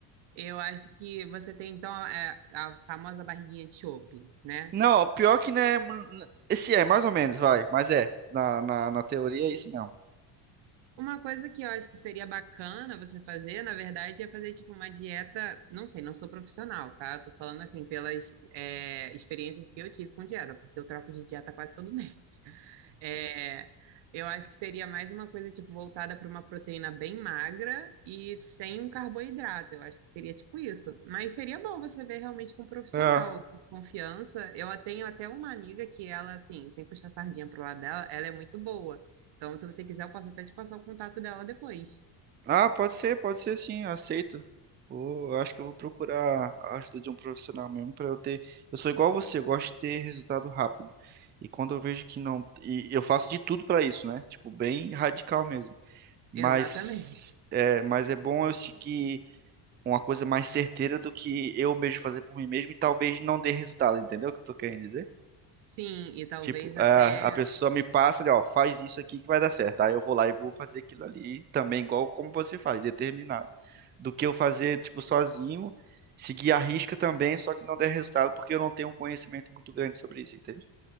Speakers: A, on the right; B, on the right.
A: eu acho que você tem, então, é, a famosa barriguinha de chope, né?
B: Não, pior que né. Esse é, mais ou menos, vai. Mas é. Na, na, na teoria é isso mesmo.
A: Uma coisa que eu acho que seria bacana você fazer, na verdade, é fazer tipo uma dieta. Não sei, não sou profissional, tá? Tô falando assim pelas é, experiências que eu tive com dieta, porque eu troco de dieta quase todo <laughs> mês. É, eu acho que seria mais uma coisa tipo voltada para uma proteína bem magra e sem um carboidrato. Eu acho que seria tipo isso. Mas seria bom você ver realmente com um profissional
B: É.
A: alguém de confiança. Eu tenho até uma amiga que ela assim, sem puxar sardinha pro lado dela, ela é muito boa. Então, se você quiser, eu posso até te passar o contato dela depois.
B: Ah, pode ser, pode ser sim, eu aceito. Vou- eu acho que eu vou procurar a ajuda de um profissional mesmo pra eu ter. Eu sou igual você, eu gosto de ter resultado rápido. E quando eu vejo que não. E eu faço de tudo pra isso, né? Tipo, bem radical mesmo. Mas
A: Exatamente.
B: é, mas é bom eu seguir uma coisa mais certeira do que eu mesmo fazer por mim mesmo e talvez não dê resultado, entendeu o que eu tô querendo dizer?
A: Sim, e talvez
B: Tipo, a,
A: até
B: a pessoa me passa ali, ó, faz isso aqui que vai dar certo. Aí eu vou lá e vou fazer aquilo ali também, igual como você faz, determinado. Do que eu fazer, tipo, sozinho, seguir a risca também, só que não der resultado porque eu não tenho um conhecimento muito grande sobre isso, entende?